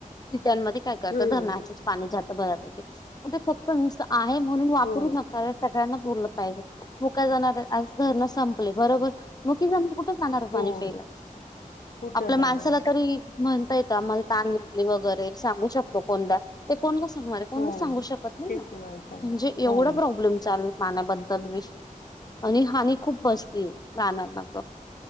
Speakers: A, on the left; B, on the left.
A: किचनमध्ये काय करता
B: हम्म
A: धरणाचे पाणी जात बऱ्यापैकी ते फक्त निस्त आहे म्हणून वापरू
B: हो
A: नका. सगळ्यांना पूरल पाहिजे मुक्या जनावर आज धरण संपली बरोबर मुकी जनावर कुठं जाणार पाणी
B: हो
A: प्यायला
B: कुठं
A: आपल्या
B: जाणार
A: माणसाला तरी म्हणता येतं आम्हाला तहाण लागली वगैरे सांगू शकतो कोणला ते कोणला सांगणारे कोणलाच
B: हो
A: सांगू शकत नाही
B: ते
A: ना
B: कुणाला सांगणार
A: म्हणजे एवढा
B: हो
A: प्रॉब्लेम चालू पाण्याबद्दल विश आणि हानी खूप बसतीये प्राण्यांना तर